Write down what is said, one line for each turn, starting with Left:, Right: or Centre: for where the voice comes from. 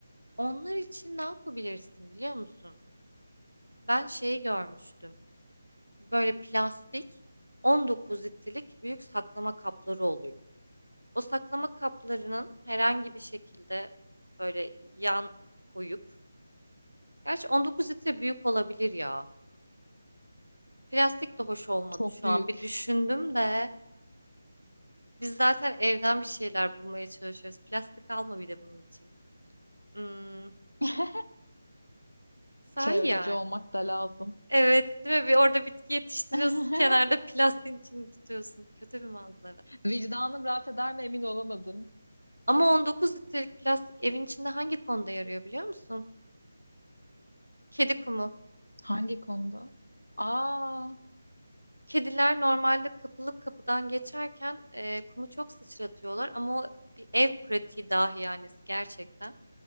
Right: Onlar için ne yapabilirsin biliyor musun? Ben şeyi görmüştüm. Böyle plastik 19 litrelik büyük saklama kapları oluyor. O saklama kaplarının herhangi bir şekilde böyle yan koyup Gerçi 19 litre büyük olabilir ya. Plastik de hoş olmadı
Left: <laughs> Çok
Right: şu
Left: büyük.
Right: an. Bir düşündüm de biz zaten evden bir şeyler bulmaya çalışıyoruz. Plastik alma bir de bunun için. Hmm,
Left: <laughs>
Right: sahi
Left: Çevreci
Right: yani.
Left: olmak da lazım.
Right: Evet, değil mi? Bir orada bitki yetiştiriyorsun,
Left: <laughs>
Right: kenarda plastiğin içini tutuyorsun. Kötü bir manzara.
Left: Vicdanım rahat eder mi emin olamadım.
Right: Ama 19 litrelik plastik evin içinde hangi konuda yarıyor biliyor musun? Kedi kumu.
Left: Hangi konuda? Aa,
Right: Kediler normalde kapılıp kapıdan geçerken e, kumu çok sıçratıyorlar ama o bir ev pratiği dahi yani gerçekten.